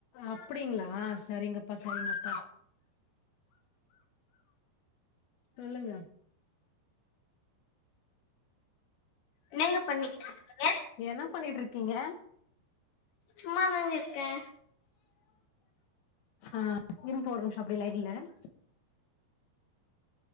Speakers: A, on the left; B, on the left.
A: அப்டிங்களா சரிங்க அப்ப சரிங்கப்பா சொல்லுங்க
B: என்னங்க பண்ணிட்டு இருக்கீங்க
A: ஏனா பண்ணிட்டு இருக்கீங்க
B: சும்மாதாங்க இருக்கே
A: ஆஹ் <unintelligible> போட்ற அப்டே லைன்ல <inaudible>